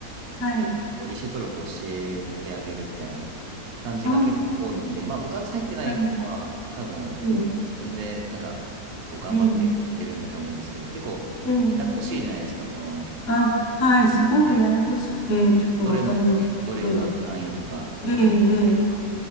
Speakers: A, on the left; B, on the right.
A: はい。
B: えっと、履修登録を教えてあげるみたいな感じが結構多いんで、
A: あ、
B: まあ、部活入ってない子は多分みんな自分でなんか、
A: はい。ええ、
B: こう頑張ってやってるんだと思うんですけど、
A: ええ、
B: 結構ややこしいじゃないですか、
A: ええ。
B: この、
A: あ、はい。すごくややこしくて、
B: ね、
A: ちょっとわかんなくて。
B: どれのうちどれを何単位とか取んなきゃいけないとか。
A: ええ、ええ、